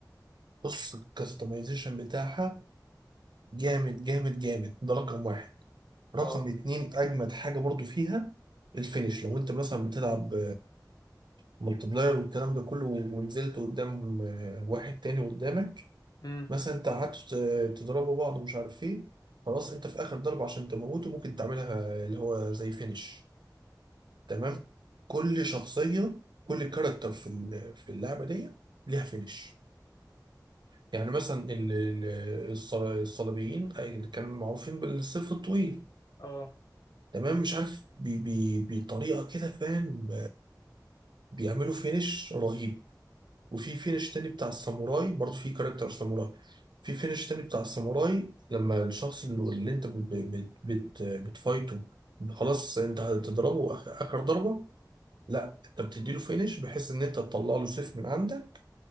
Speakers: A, on the right; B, on the left.
A: بص الكستمايزيشن بتاعها جامد جامد جامد ده رقم واحد رقم
B: اه
A: اتنين اجمد حاجه برضو فيها الفينش لو انت مثلا بتلعب ملتي بلاير والكلام ده كله ونزلت قدام آه، واحد تاني قدامك
B: امم
A: مثلا انت قعدت آه، تضربوا بعض ومش عارف ايه خلاص انت في اخر ضربه عشان تموته ممكن تعملها اللي هو زي فينش تمام كل شخصيه كل كاركتر في ال- في اللعبه دي ليها فينش يعني مثلا ال- ال- الص- الصليبيين أي اللي كانوا معروفين بالسيف الطويل
B: اه
A: تمام مش عارف بي بي بطريقه كده فاهم بيعملوا فينش رهيب وفي فينش تاني بتاع الساموراي برضه في كاركتر ساموراي في فينش تاني بتاع الساموراي لما الشخص اللي, اللي انت بت بت بت بتفايته خلاص انت هتضربه آخ- اخر ضربه لا انت بتديله فينش بحيث ان انت تطلع له سيف من عندك